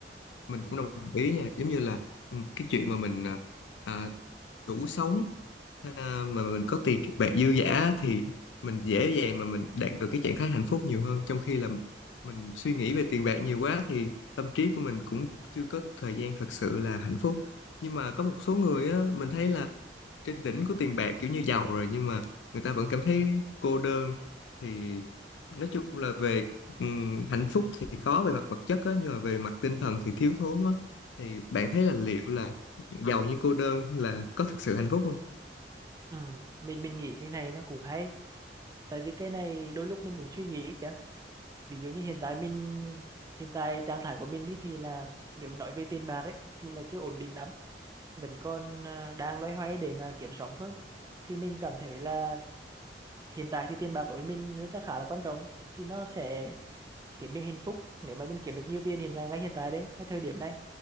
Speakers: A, on the left (about 80°); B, on the right (about 20°).
A: mình cũng đồng ý nha giống như là ừ, cái chuyện mà mình à, à, đủ sống à, mà mình có tiền bạc dư dả thì mình dễ dàng mà mình đạt được cái trạng thái hạnh phúc nhiều hơn trong khi là mình suy nghĩ về tiền bạc nhiều quá thì tâm trí của mình cũng chưa có thời gian thật sự là hạnh phúc nhưng mà có một số người á mình thấy là trên đỉnh của tiền bạc kiểu như giàu rồi nhưng mà người ta vẫn cảm thấy cô đơn thì nói chung là về ừm, hạnh phúc thì có về mặt vật chất á nhưng mà về mặt tinh thần thì thiếu thốn á thì bạn thấy là liệu là giàu nhưng cô đơn là có thực sự hạnh phúc không?
B: ừ. mình mình nghĩ cái này nó cũng hay tại vì cái này đôi lúc mình cũng suy nghĩ kìa ví dụ như hiện tại mình hiện tại trạng thái của mình đi thì là nếu nói về tiền bạc ấy thì là chưa ổn định lắm vẫn còn à, đang loay hoay để mà kiếm sống thôi thì mình cảm thấy là hiện tại thì tiền bạc đối với mình rất là khá là quan trọng thì nó sẽ khiến mình hạnh phúc nếu mà mình kiếm được nhiều tiền hiện ngay ngay hiện tại đấy ngay thời điểm này